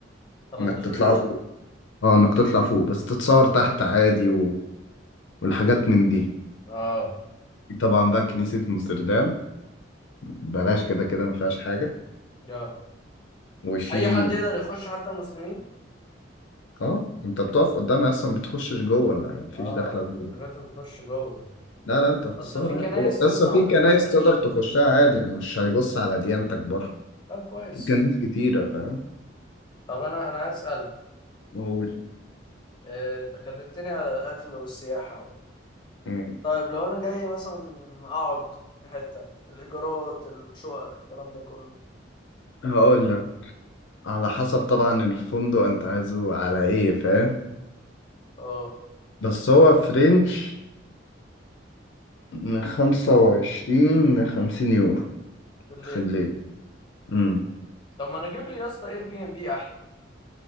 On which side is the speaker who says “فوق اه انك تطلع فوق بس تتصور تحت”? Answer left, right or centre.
Left